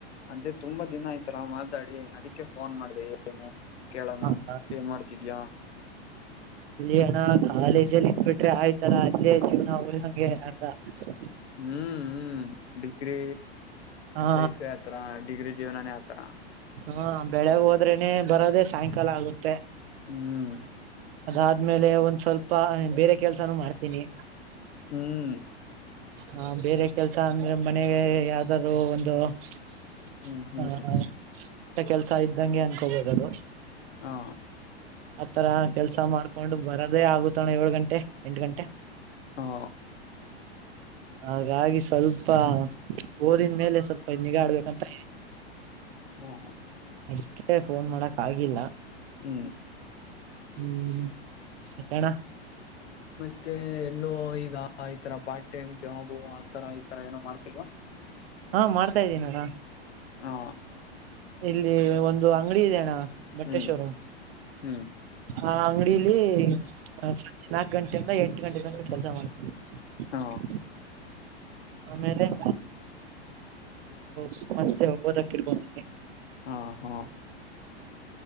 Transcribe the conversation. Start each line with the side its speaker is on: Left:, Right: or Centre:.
Left: ಅಂದ್ರೆ ತುಂಬಾ ದಿನ ಆಯ್ತಲ್ಲ ಮತ್ ಮಾತಾಡಿ ಅದಕ್ಕೆ ಫೋನ್ ಮಾಡ್ದ ಏನು <unintelligible> ಕೇಳಣ
Right: ಹ
Left: ಏನ್ ಮಾಡ್ತಿದ್ಯಾ.
Right: ಏ ಅಣ ಕಾಲೇಜಲ್ಲಿ ಇಟ್ಬಿಟ್ರೆ ಆಯ್ತಲ್ಲ ಅಲ್ಲೇ ಜೀವನ ಉಳದಂಗೆ ಹಂಗೆ ಅರ್ಥ
Left: ಹ್ಮ್ ಹ್ಮ ಡಿಗ್ರಿ
Right: ಹ
Left: ಲೈಫೆ ಆತರ ಡಿಗ್ರಿ ಜೀವನಾನೇ ಆತರಾ.
Right: ಹಾ ಬೆಳಗ ಹೋದ್ರೇನೆ ಬರೋದೆೇ ಸಾಯಂಕಾಲ ಆಗುತ್ತೆ.
Left: ಹ್ಮ
Right: ಅದಾದ್ಮೇಲೆ ಒಂದ್ ಸ್ವಲ್ಪ ಬೇರೆ ಕೆಲ್ಸಾನು ಮಾಡ್ತೀನಿ.
Left: ಹ್ಮ್
Right: ಹ ಬೇರೆ ಕೆಲ್ಸ ಅಂದ್ರೆ ಮನೆಗೆ ಯಾವ್ದರ ಒಂದು <unintelligible>
Left: ಹ್ಮ್ ಹ್ಮ್
Right: ಹಾ ಹಾ ಇಷ್ಟ ಕೆಲ್ಸ ಇದ್ದಂಗೆ ಅನ್ಕೋಬೋದ ಅದು
Left: ಹಾ
Right: ಆತರ ಕೆಲ್ಸ ಮಾಡ್ಕೊಂಡು ಬರೋದೇ ಆಗತಣ ಏಳು ಗಂಟೆ ಎಂಟ ಗಂಟೆ
Left: ಹಾ
Right: ಹಾಗಾಗಿ ಸ್ವಲ್ಪ ಓದಿನ ಮೇಲೆ ಸ್ವಲ್ಪ ನಿಗಾಡ್ಬೇಕಂತ
Left: ಹು ಹು
Right: ಅದಕ್ಕೆ ಫೋನ್ ಮಾಡಕ್ ಆಗಿಲ್ಲ
Left: ಹ್ಮ್
Right: ಹ್ಮ್ <inaudible> ಯಕ್ಕಾನ್ನ
Left: ಮತ್ತೆ ಎಲ್ಲೋ ಈಗ ಈತರ ಪಾರ್ಟ್ ಟೈಮ್ ಜಾಬ ಆತರ ಈತರ ಏನೋ ಮಾಡ್ತಿಲ್ವಾ?
Right: ಹಾ ಮಾಡ್ತಾ ಇದ್ದೀನ ಅಣ್ಣಾ
Left: ಹಾ
Right: ಇಲ್ಲಿ ಒಂದು ಅಂಗಡಿ ಇದೆ ಅಣ್ಣಾ ಬಟ್ಟೆ
Left: ಹ್ಮ್
Right: ಶೋರೂಮ್
Left: ಹ್ಮ್
Right: ಆ ಅಂಗಡಿಲಿ ಸಂಜೆ ನಾಕ ಗಂಟೆಯಿಂದ ಎಂಟ ಗಂಟೆ ತನಕ ಕೆಲ್ಸ ಮಾಡ್ತವಿ <unintelligible>
Left: ಹಾ
Right: ಆಮೇಲೆ <unintelligible> ಸುಮ್ಮಾ ಜೊತೆ ಓದಕ್ಕ ಇರಬಹುದು
Left: ಹಾ ಹಾ